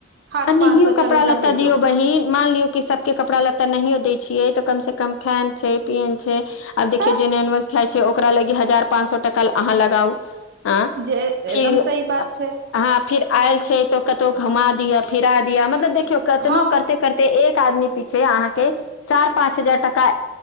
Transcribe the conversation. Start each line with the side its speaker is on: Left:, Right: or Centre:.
Right: खान
Left: आ नहियो
Right: पान तऽ
Left: कपड़ा
Right: चलू
Left: लत्ता
Right: रहे
Left: दियौ
Right: दो
Left: बहिन मान लियौ कि सबके कपा लत्ता नहियो दै छियै तऽ कम से कम खाय छै पियन छै आब देखियौ
Right: तऽ
Left: जे नॉनवेज खाइ छै ओकरा लागी हजार पाँच सौ टका लगाउ आ
Right: जे
Left: फिर
Right: एकदम सही बात छै
Left: हाँ फिर आयल छै तो कतउ घुमा दिह फिरा दिह मतलब देखियौ कतनो
Right: हँ
Left: करते करते एक आदमी पीछे अहाँके चार पाँच हजार टका